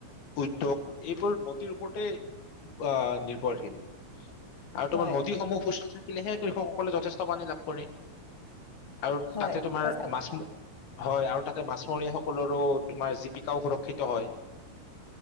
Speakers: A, on the left; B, on the left.
A: উদ্যোগ এইবোৰ নদীৰ ওপৰতে আহ নিৰ্ভৰশীল। আৰু
B: হয়,
A: তোমাৰ নদীসমূহ সুস্থ। থাকিলেহে কৃষকসকলে যথেষ্ট পানী লাভ কৰে। আৰু
B: হয়
A: তাতে তোমাৰ
B: সঁচা কথা।
A: মাছ হয় আৰু। তাতে মাছমৰীয়াসকলৰো তোমাৰ জীৱিকাও সুৰক্ষিত হয়।